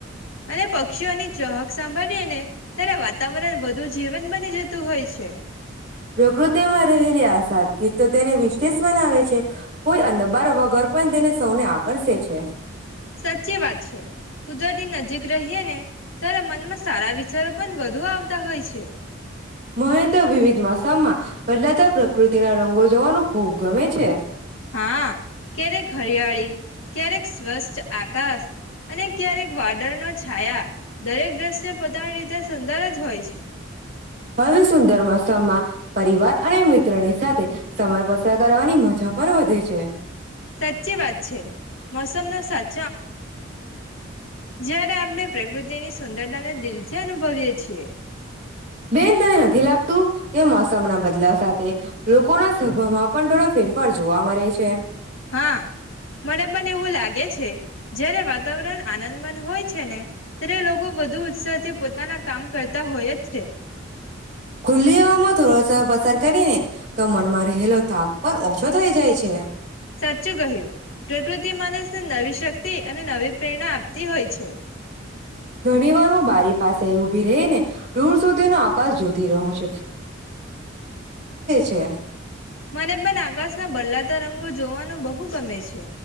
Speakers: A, on the left (about 90°); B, on the right (about 40°).
A: અને પક્ષીઓની ચહક સાંભળીએ ને ત્યારે વાતાવરણ વધુ જીવંત બની જતું હોય છે.
B: રોકૃતેમાંરે હેરસ. <unintelligible> ગી તો તેને વિશેષ મનાવે છે, કોઈ અંધબાર વગર પણ તેને સૌને આકર્ષે છે.
A: સાચી વાત છે, કુદરતી નજીક રહીએ ને, ત્યારે મનમાં સારા વિચારો પણ વધુ આવતા હોય છે.
B: મહને તો વિવિધ, માસામાં બદલાતા પ્રકૃતિના રંગો જવાનું ખૂબ ગમે છે.
A: હા. ક્યારેક હરિયાળી, ક્યારેક સ્વચછ આકાશ અને ક્યારેક વાદળનો છાયા દરેક દ્રશ્ય પોતાની રીતે સુંદર જ હોય છે.
B: હવે સુંદર મસ્ મા પરિવાર અને મિત્રોની સાથે સમય પસાર કરવાની મજા પણ વધે છે.
A: સાચી વાત છે. મોસમ નો સાચ જ્યારે આપણે પ્રકૃતિની સુંદરતાને દિલથી અનુભવીએ છીએ
B: બેન તને નથી લાગતું કે મોસમ ના બદલાવ સાથે લોકોના સ્વભાવમાં પણ થોડો ફેરફાર જોવા મળે છે.
A: હા મને મને એવું લાગે છે. જયારે વાતાવરણ આનંદ મંદ હોય છે ને ત્યારે લોકો વધુ ઉત્સાહથી પોતાના કામ કરતા હોય જ છે.
B: ખુલ્લી હવામાં થોડો સમય પસાર કરીને તો મનમાં રહેલો થાક પણ ઓછો થઈ જાય છે
A: સાચું કહ્યું પ્રકૃતિ માણસને નવી શક્તિ અને નવી પ્રેરણા આપતી હોય છે.
B: ઘણી વાર હું બારી પાસે ઉભી રેઈ ને દૂર સુધી ના કાસ જોતી રહું છ છે
A: મને પણ આકાશ ના બલાતા રંગો જોવાનું બહુ ગમે છે.